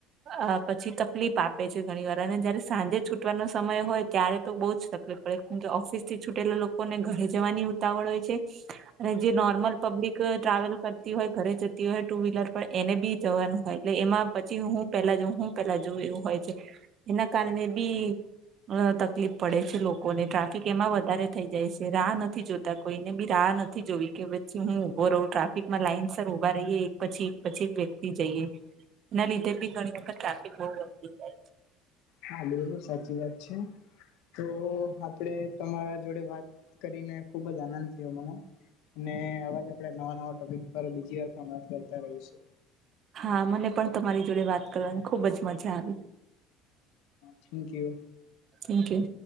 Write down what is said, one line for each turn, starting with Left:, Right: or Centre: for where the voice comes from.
Right: અ પછી તકલીફ આપ પે છે ઘણી વાર, અને જયારે સાંજે છૂટવાનો સમય હોય, ત્યારે તો બહુ જ તકલીફ પડે કેમકે ઓફિસ થી છૂટેલા લોક કોને ઘરે જવાની ઉતાવળ હોય છે. અને જે નોર્મલ પબ્લિક ટ્રાવેલ કરતી હોય, ઘરે જતી હોય, ટુ વ્હીલર પર એને બી જવાનું હોય, એટલે એમાં પછી હું પેલા જઉ, હું પેલા જઉ, એવું હોય. છે એના કારણે બી. અ તકલીફ પડે છે લોકોને, ટ્રાફિક એમાં વધારે થઈ જાય છે, રાહ નથી જોત તા કોઈને બી રાહ નથી જોવી, કે પછી હું ઊભો રહું, ટ્રાફિકમાં લાઈનસ ઉભા રહીએ. પછી એક પછી એક વ્યક્તિ જઈએ, એના લીધે બી ઘણી વખત ટ્રાફિક બહુ હોય. <unintelligible>
Left: હાલો, સાચી વાત છે. તો! આપડે તમારા જોડે વાત કરીને ખુબ જ આનંદ થયો મને. અને આવાજ આપણે નવા નવા ટોપિક પર બીજી વાર પણ વાત કરતા રહીશું.
Right: હા મને પણ તમારી જોડે વાત કરવાની ખુબ જ મજા આવી.
Left: Thank you.
Right: Thank you.